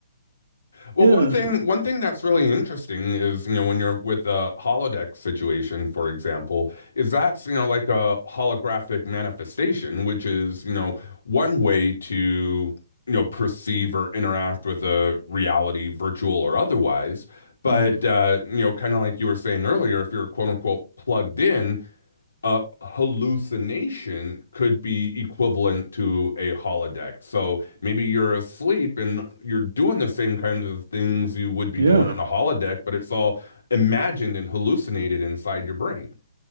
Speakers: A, on the left; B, on the right.
A: Well,
B: yeah,
A: one thing one thing that's really interesting is, you know, when you're with a holodeck situation, for example, is that's, you know, like a holographic manifestation, which is, you know, one way to, you know, perceive or interact with a reality, virtual or otherwise. But
B: mm.
A: uh, you know, kind of like you were saying earlier, if you're quote unquote plugged in, a hallucination could be equivalent to a holodeck. So maybe you're asleep and you're doing the same kind of things you would be
B: yeah.
A: doing in a holodeck, but it's all imagined and hallucinated inside your brain.